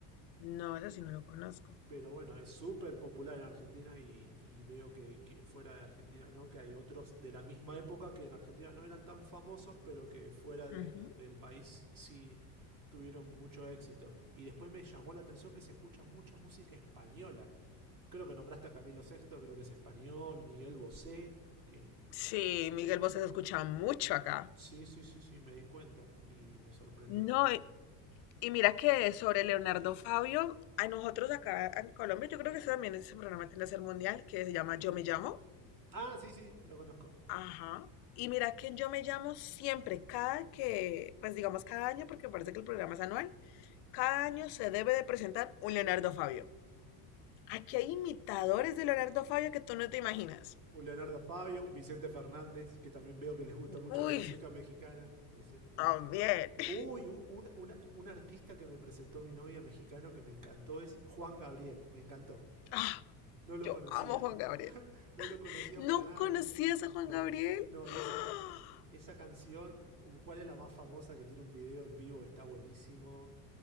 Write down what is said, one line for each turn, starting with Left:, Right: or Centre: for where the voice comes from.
Left: no, ese sí no lo conozco.
Right: pero bueno, es súper popular en Argentina y, y veo que, que, fuera de Argentina no, que hay otros de la misma época que en Argentina no eran tan famosos, pero que fuera de,
Left: Ujú.
Right: del país sí tuvieron mucho éxito. Y después me llamó la atención que se escucha mucha música española. Creo que nombraste a Camilo VI, creo que es español, Miguel Bosé, que
Left: Sí, Miguel Bosé se escucha mucho acá.
Right: sí, sí, sí, sí, me di cuenta y me sorprendió
Left: No,
Right: también.
Left: y, y mira que sobre Leonardo Fabio, a nosotros acá en Colombia, yo creo que ese también ese programa tiene que ser mundial, que se llama Yo me llamo.
Right: Ah, sí, sí, lo conozco.
Left: Ajá. Y mira que en Yo me llamo siempre, cada que, pues digamos cada año, porque parece que el programa es anual, cada año se debe de presentar un Leonardo Fabio. Aquí hay imitadores de Leonardo Fabio que tú no te imaginas.
Right: un Leonardo Fabio, un Vicente Fernández, que también veo que les gusta mucho
Left: Uy,
Right: la música mexicana. Vicente, un,
Left: también. <gasps>
Right: uy, un, un- una- un artista que me presentó mi novia mexicano que me encantó es Juan Gabriel, me encantó.
Left: Ah,
Right: No lo
Left: yo
Right: conocía,
Left: amo a Juan Gabriel.
Right: no lo conocía
Left: ¿No
Right: para nada.
Left: conocías a Juan
Right: No,
Left: Gabriel?
Right: no,
Left: <gasps>
Right: y esa, ca- esa canción, uh, ¿cuál es la más famosa que tiene un video en vivo que está buenísimo?